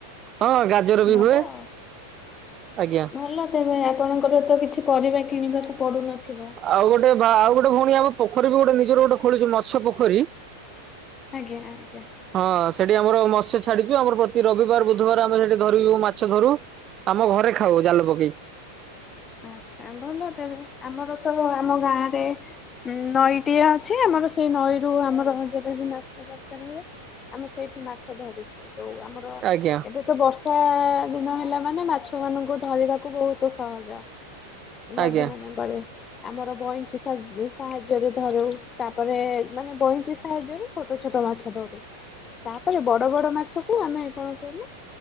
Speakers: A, on the right; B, on the left.
A: ହଁ ଗାଜର ବି
B: ଭଲ
A: ହୁଏ
B: ଆଉ।
A: ଆଜ୍ଞା।
B: ଭଲ ତେବେ ଆପଣଙ୍କର ତ କିଛି ପରିବା କିଣିବାକୁ ପଡୁନଥିବ।
A: ଆଉ ଗୋଟେ ବା ଆଉ ଗୋଟେ ଭୋଉଣୀ ଆମ ପୋଖରୀ ବି ଗୋଟେ ନିଜର ଗୋଟେ ଖୋଳିଛୁ ମତ୍ସ୍ୟ ପୋଖରୀ।
B: ଆଜ୍ଞା ଆଜ୍ଞା।
A: ହଁ ସେଠି ଆମର ମତ୍ସ୍ୟ ଛାଡିଚୁ ଆମର ପ୍ରତି ରବିବାର ବୁଧବାର ଆମେ ସେଠି ଧରୁ ମାଛ ଧରୁ। ଆମ ଘରେ ଖାଉ ଜାଲ ପକେଇ।
B: ଆଛା ଭଲ ତେବେ ଆମର ତବ ଆମ ଗାଁରେ ଉଁ ନଈଟିଏ ଅଛି ଆମର ସେଇ ନଈରୁ ଆମର ଯେବେ ବି ମାଛ ଦରକାର ହୁଏ ଆମେ ସେଇଠି ମାଛ ଧରିକି ଦୋଉ ଆମର
A: ଆଜ୍ଞା
B: ଏବେ ତ ବର୍ଷା ଦିନ ହେଲା ମାନେ ମାଛମାନଙ୍କୁ ଧରିବାକୁ ବୋହୁତ ସହଜ। ନଦୀ
A: ଆଜ୍ଞା
B: ମାନଙ୍କରେ। ଆମର ବଇଁଚି ସାର୍ଯ୍ ସାହାଯ୍ୟରେ ଧରୁ ତାପରେ ମାନେ ବଇଁଚି ସ୍ ସାହାଯ୍ୟରେ ଛୋଟ ଛୋଟ ମାଛ ଧରୁ ତାପରେ ବଡ଼ ବଡ଼ ମାଛକୁ ଆମେ କଣ କହିଲ